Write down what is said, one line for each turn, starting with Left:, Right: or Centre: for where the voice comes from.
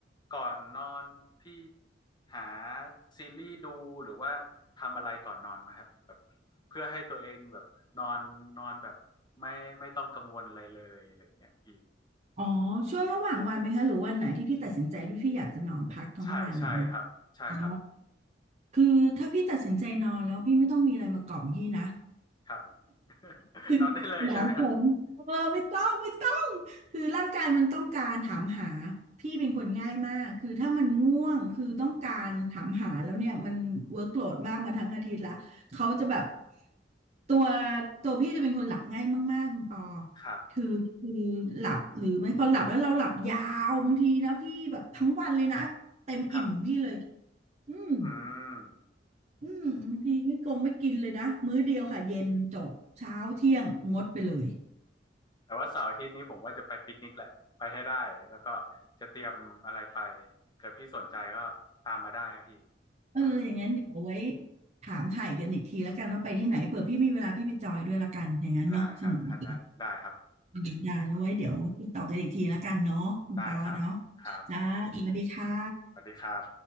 Left: ก่อนนอนพี่หาซีรีส์ดูหรือว่าทำอะไรก่อนนอนไหมครับแบบเพื่อให้ตัวเองแบบนอนนอนแบบไม่ไม่ต้องกังวลอะไรเลยอะไรอย่างเงี้ยพี่
Right: อ๋อช่วงระหว่างวันไหมคะหรือวันไหนที่พี่ตัดสินใจที่พี่อยากจะนอนพักทั้งวันอย่างเงี้ย
Left: ใช่ใช่ครับใช่ครับ
Right: อ๋อคือถ้าพี่ตัดสินใจนอนแล้วพี่ไม่ต้องมีอะไรมากล่อมพี่นะ <laughs>
Left: ครับ <laughs>
Right: <laughs>
Left: นอนได้เลยใช่ไหมครับ
Right: หนามผมเออไม่ต้องไม่ต้องคือร่างกายมันต้องการถามหาพี่เป็นคนง่ายมากคือถ้ามันง่วงคือต้องการถามหาแล้วเนี่ยมันเวิร์กโหลดมากมาทั้งอาทิตย์ละเขาจะแบบตัวตัวพี่จะเป็นคนหลับง่ายมากๆคุณปอ
Left: ครับ
Right: คือคือหลับหรือไม่พอหลับแล้วเราหลับยาวบางทีนะพี่แบบทั้งวันเลยนะเต็มอิ่มของพี่เลย
Left: ครับ
Right: อืม
Left: อืม
Right: อืมบางทีไม่กงไม่กินเลยนะมื้อเดียวค่ะเย็นจบเช้าเที่ยงงดไปเลย
Left: แต่ว่าเสาร์อาทิตย์นี้ผมว่าจะไปปิกนิกแหละไปให้ได้แล้วก็จะเตรียมอะไรไปเกิดพี่สนใจก็ตามมาได้ครับพี่
Right: เอออย่างนั้นเดี๋ยวเอาไว้
Left: อืม
Right: ถามถ่ายกันอีกทีแล้วกันว่าไปที่ไหนเผื่อพี่มีเวลาพี่ไปจอยด้วยละกันอย่างนั้นเนาะสนุกดี
Left: ได้ครับได้ได้ครับ
Right: อืมได้แล้วไว้เดี๋ยวติดต่อกันอีกทีละกันเนาะคุณปอเนาะ
Left: ได้ครับครับ
Right: จ้าสวัสดีค่ะ
Left: สวัสดีครับ